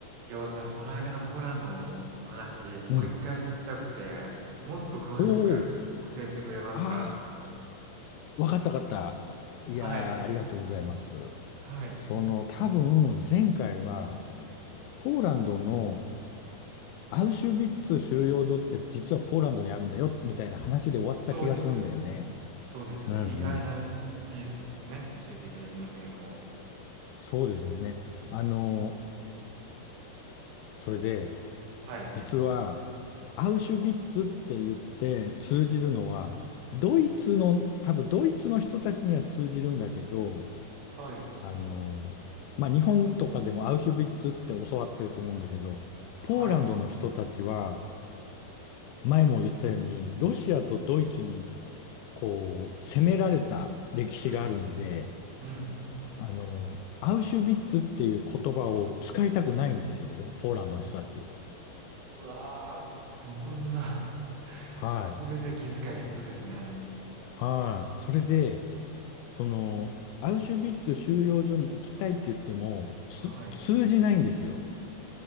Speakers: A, on the right (about 80°); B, on the left (about 85°).
A: りょうさん、この間のポーランドの話、もう一回聞きたくて、
B: うん。
A: もっと詳しく教えてくれますか
B: おお、ああ、わかったわかった。
A: はい、
B: いやー、ありがとうございます。
A: はい、
B: その、多分、前回は、ポーランドのアウシュビッツ収容所って実はポーランドにあるんだよ、みたいな話で終わった気がするんだよね。
A: そうです、そうです。
B: うんうん。
A: その意外な事実をですね、教えていただきましたけども。
B: そうですよね。あの、それで、
A: はい、
B: 実は、アウシュビッツって言って通じるのは、ドイツの、多分ドイツの人たちには通じるんだけど、
A: はい、
B: あの、まあ、日本とかでもアウシュビッツって教わってると思うんだけど、
A: はい、
B: ポーランドの人たちは、前も言ったように、ロシアとドイツに、こう、攻められた歴史があるので、
A: うん、うん。
B: あの、アウシュビッツっていう言葉を使いたくないんですよ、ポーランドの人たち。
A: うわあ、そんな、<laughs>
B: はい。
A: そこでじゃあ気遣い必要ですね。
B: はい。それで、その、アウシュビッツ収容所に行きたいって言っても、つ通じないんですよ。
A: はい。